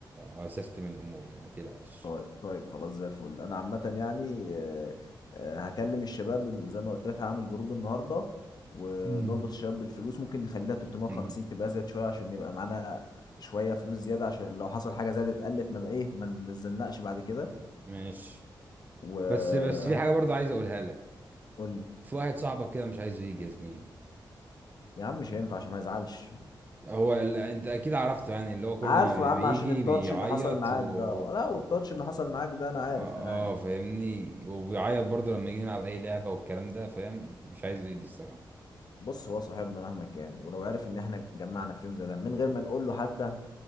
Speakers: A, on the right; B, on the left.
A: وهسستم الامور يعني ما تقلقش
B: طيب طيب خلاص زي الفل انا عامه يعني آه، آه، هكلم الشباب زي ما قلت لك هعمل جروب النهارده ونربط
A: امم
B: الشباب بالفلوس ممكن نخليها 350
A: مم.
B: تبقى زيادة شويه عشان يبقى معانا شويه فلوس زياده عشان لو حصل حاجه زادت قلت ما بقى ايه ما نزلناش بعد كده
A: ماشي
B: وقول
A: بس بس في حاجه برضه عايز اقولها لك
B: لي
A: في واحد صاحبك كده مش عايزه يجي يا زميلي
B: يا عم مش هينفع عشان ما يزعلش
A: هو ال... انت اكيد عرفته يعني اللي هو كل
B: عارفه
A: ما بي-
B: يا عم
A: بيجي
B: عشان التاتش
A: بيعيط
B: اللي حصل معاك
A: و
B: ده لا والتاتش اللي حصل معاك ده انا عارف
A: اه,
B: انا عارف
A: آه فاهمني وبيعيط برضه لما يجي نلعب اي لعبه والكلام ده فاهم مش عايزه يجي الصراحه
B: بص هو صاحبنا مهما كان ولو عارف ان احنا اتجمعنا في يوم زي ده من غير ما نقول له حتى